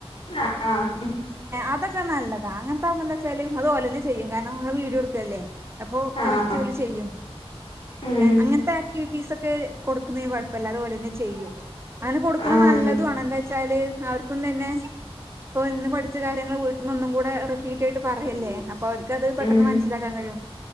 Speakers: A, on the left; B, on the right.
A: ആഹ്
B: അത് ക്കേ നല്ലത് ആണ്‌ അങ്ങനത്തെകുമ്പം എന്ത് വെച്ചാലും അത് ഓള് തന്നെ ചെയ്യും കാരണം വീഡിയോ എടുക്കല്ലേ അപ്പോ
A: ആഹ്
B: കറക്റ്റ് ഇവള് ചെയ്യും
A: ഉം
B: അങ്ങനത്തെ ആക്ടിവി വിറ്റിസ് ഒക്കെ കൊടുക്കുന്നതിന് കുഴപ്പമില്ല അതുപോലെ തന്നെ ചെയ്യും അങ്ങനെ കൊടുക്കണ
A: ആഹ്
B: നല്ലതും ആണും എന്താ വെച്ചാല് അവർക്കും തന്നെ ഇപ്പൊ ഇന്ന് പഠിച്ച കാര്യങ്ങൾ വീട്ടിൽന്ന് ഒന്നും കൂടെ റിപ്പീറ്റ് ആയി ട്ട് പറയല്ലേ അപ്പൊ അവർക്കത് പെട്ടെന്ന്
A: ഉം
B: മനസിലാക്കാൻ കഴിയും